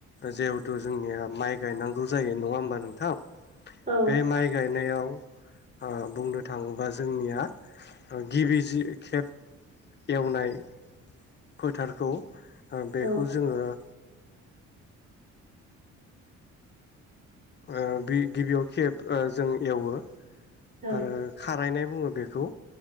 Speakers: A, on the left; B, on the right.
A: जिहेथु जोंनिया माइ गायनांगौ जायो। नङा होमबा नोंथां।
B: औ
A: बे माइ गाय नायाव ओ बुंनो थाङोबा जोंनिया गिबि जि खेब। एवनाय फोथारखौ। ओ बेखौ
B: औ
A: जोङो <inaudible> ओ बि गिबियाव खेब ओ जों एवो।
B: औ
A: आरो खारायनायबो बुङो बेखौ।